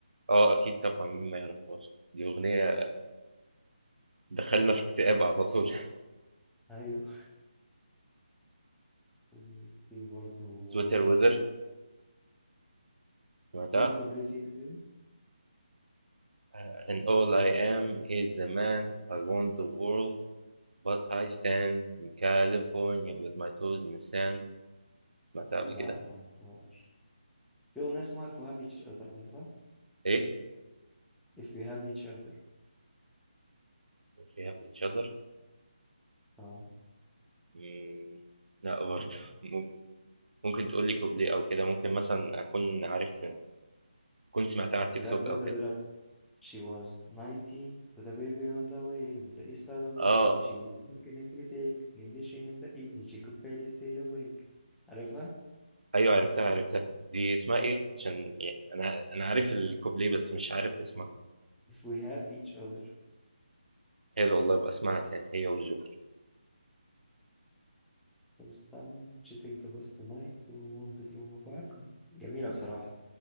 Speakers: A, on the right (about 85°); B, in the centre.
A: آه أكيد طبعًا مين ما يعرفهاش، دي أغنية تدخّلنا في اكتئاب على طول. <laughs>
B: أيوه وفي برضه
A: sweater
B: آه
A: weather سمعتها؟
B: قول لي كوبليه فيها كده
A: آآ and all I am is a man I want the world But I stand in California with my toes in the sand سمعتها قبل
B: لا
A: كده
B: معرفهاش في أغنية اسمها If We Have Each Other عارفها؟
A: ايه
B: If We Have Each Other
A: we have each other
B: اه
A: مم، لا برضه <laughs> مم- ممكن تقول لي كوبليه او كده ممكن مثلا اكون عارف كنت سمعتها على التيك
B: اللي
A: توك
B: هي بتبدأ
A: او كده
B: بيقول لك She was 19 with a baby on the way on the east side of the
A: اه
B: city she was working every day cleaning the dishes in the evening she could barely stay awake عارفها؟
A: ايوه عرفتها عرفتها دي اسمها ايه عشان يعني انا انا عارف الكوبليه بس مش عارف اسمها
B: If we have each other
A: حلو والله ابقى اسمعها تاني هي والجوكر
B: first time she take the bus tonight to one bedroom apartment جميلة بصراحة